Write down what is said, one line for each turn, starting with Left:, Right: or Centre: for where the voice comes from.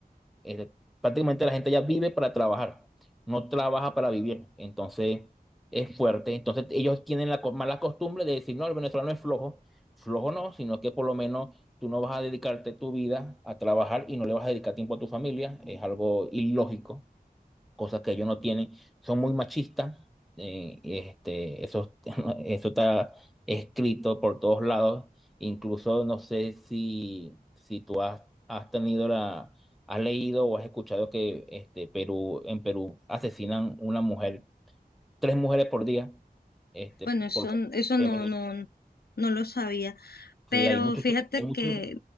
Centre: este, prácticamente la gente ya vive para trabajar, no trabaja para vivir. Entonces es fuerte. Entonces ellos tienen la co- mala costumbre de decir, no, el venezolano es flojo. Flojo no, sino que por lo menos tú no vas a dedicarte tu vida a trabajar y no le vas a dedicar tiempo a tu familia. Es algo ilógico cosas que ellos no tienen, son muy machistas, eh, este, eso, <laughs> eso está escrito por todos lados, incluso no sé si, si tú has, has tenido la, has leído o has escuchado que este, Perú, en Perú asesinan una mujer, tres mujeres por día, este,
Left: Bueno, eso,
Centre: por
Left: eso
Centre: feminicidio,
Left: no, no, no lo sabía. Pero
Centre: Sí, hay muchos,
Left: fíjate
Centre: hay muchos,
Left: que